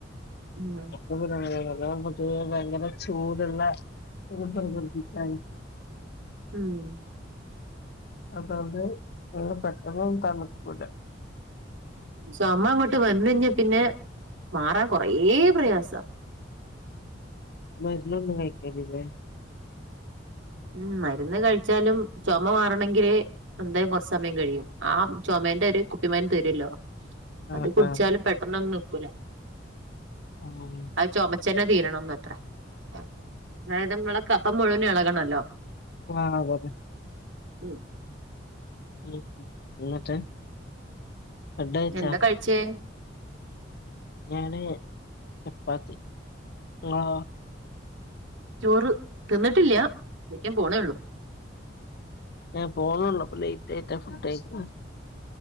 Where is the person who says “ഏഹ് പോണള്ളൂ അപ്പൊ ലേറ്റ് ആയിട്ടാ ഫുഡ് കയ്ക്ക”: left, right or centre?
Left